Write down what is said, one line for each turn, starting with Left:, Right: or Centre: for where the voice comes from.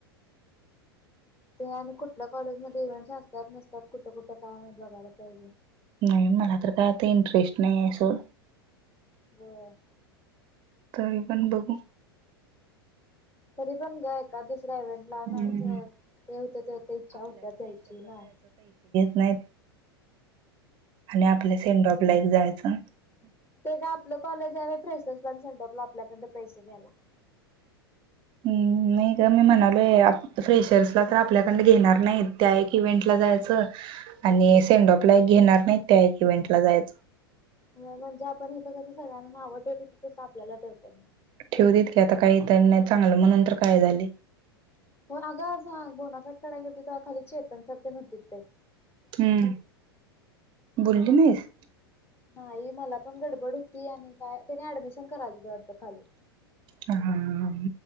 Left: ते आणि कुठल्या कॉलेजमध्ये इव्हेंट्स असतात नसतात कुठं, कुठं, काय माहीत बघायला पाहिजे.
Right: नाही मला तर काय आता इंटरेस्ट नाही आहे सोड.
Left: होय.
Right: तरी पण बघू.
Left: तरी पण ग एकात दुसऱ्या इव्हेंटला
Right: हम्म
Left: न ज हे होतय ते होतय इच्छा होत्याच जायची ना,
Right: नाही आणि आपल्या सेंडऑफला एक जायचं.
Left: ते काय आपलं कॉलेज आहे. व्हय फ्रेशर्सला आणि सेंडऑफला आपल्याकडनं पैसे घ्यायला.
Right: हम नय ग मी म्हणालोय याप फ्रेशर्स ला तर आपल्याकडन घेणार नाहीत त्या इव्हेंट ला जायच
Left: होय
Right: आणि सेंडॉप ला घेणार नाहीत त्या एक इव्हेंट ला जायचं.
Left: व्हय म्हणजे आपण इथं कसं सगळ्यांना नाव ठेवतोय ती तसं आपल्याला ठेवत्यात.
Right: ठेवू देत की आता काय नय चांगलं म्हणून तर काय झालंय.
Left: हो ना आग आज बोनाफाईड काढाय गेलतो, तवा खाली चेेतन सर तेन होतीत बई
Right: हम बोलली नाहीस.
Left: नाही मला पण गडबड होती. आणि काय त्यांनी ऍडमिशन करालतीत वाटतं खाली.
Right: हा हा हा.